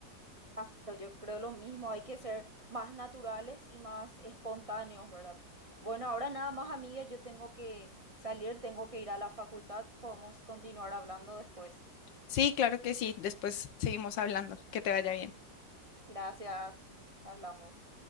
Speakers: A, on the right (about 45°); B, on the left (about 85°).
A: Ah, pero Yo creo lo mismo, hay que ser más naturales y más espontáneos, ¿verdad? Bueno, ahora nada más, amiga, yo tengo que salir, tengo que ir a la facultad, podemos continuar hablando después.
B: Sí, claro que sí, después seguimos hablando, que te vaya bien.
A: Gracias, hablamos.